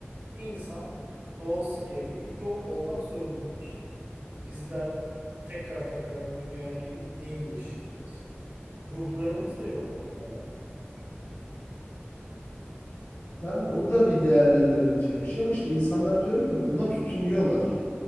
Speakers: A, on the right; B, on the left.
A: insan doğası gereği yok olmak zorundadır. Bizler tekrar tekrar bu dünyaya gelip neyi yaşayacağız? Ruhlarımız da yok olmaya mahkumdur.
B: yani o da bir değerlendirilecek bir şey ama işte insanlar diyorum ya buna tutunuyorlar.